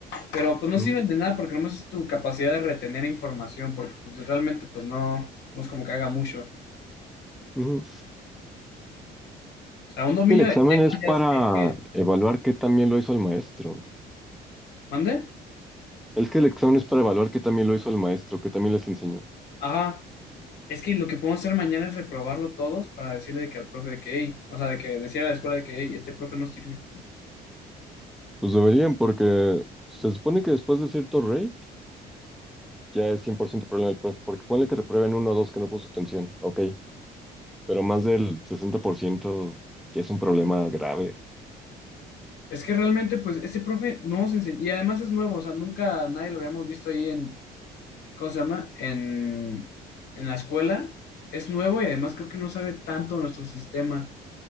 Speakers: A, on the left; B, in the centre.
A: pero pues no
B: Ujú,
A: sirven de nada porque nomás es tu capacidad de retener información, porque pues, realmente, pues, no, no es como que haga mucho.
B: ujú.
A: O sea, un dominio
B: El examen
A: de temas
B: es para
A: ya es... de que
B: evaluar qué también lo hizo el maestro.
A: ¿Mande?
B: Es que el examen es para evaluar qué también lo hizo el maestro, que también les enseñó.
A: Ajá. Es que lo que podemos hacer mañana es reprobarlo todos para decirle de que al profe de que, hey, o sea, de que decir a la escuela de que, hey, este profe no sirve.
B: Pues deberían porque se supone que después de cierto rate ya es 100% problema del profe, porque ponle que reprueben uno o dos que no puso atención, ok, pero más del 60% ya es un problema grave.
A: Es que realmente, pues, este profe no nos enseñó, y además es nuevo, o sea, nunca nadie lo habíamos visto ahí en, ¿cómo se llama? En, en la escuela. Es nuevo y además creo que no sabe tanto nuestro sistema.